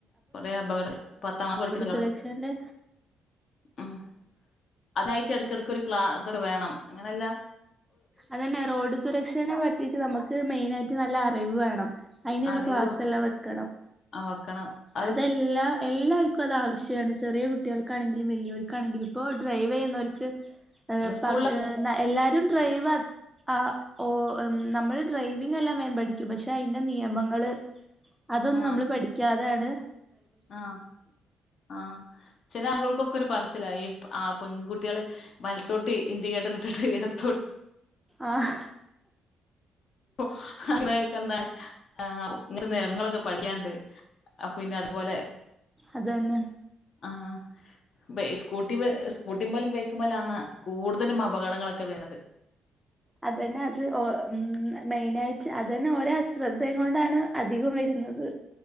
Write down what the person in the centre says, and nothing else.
സുരക്ഷേന്റെ
അതെന്നെ റോഡ് സുരക്ഷേനെ പറ്റീട്ട് നമ്മക്ക് മെയിനായിട്ട് നല്ല അറിവ് വേ ണം അയിന്
വ ക്ലാസ് എല്ലാം വെക്കണം
അതെല്ലാം എല്ലാര്ക് ഇപ്പ അതാവശ്യാണ് ചെറിയേ കുട്ട്യാൾക്കാണെങ്കിലും വെല്ല്യോർക്കാണെങ്കിലും ഇപ്പോൾ ഡ്രൈവെയ്യുന്നോർക്ക് ഇഹ്
പക് എല്ലാരും ഡ്രൈവ ആ ഓ ഓം നമ്മൾ ഡ്രൈവിംഗ് എല്ലാം വേം പഠിക്കും പക്ഷെ അയിന്റെ നിയമങ്ങള് അതൊന്നും
നമ്മള് പഠിക്കാ താണ്
ആഹ്
അതന്നെ
അതന്നെ അത് ഒ മെയിന് ആയിട്ട് അതന്നെ ഓരാ അശ്രദ്ധയും കൊണ്ടാണ് അധികം വരുന്നത്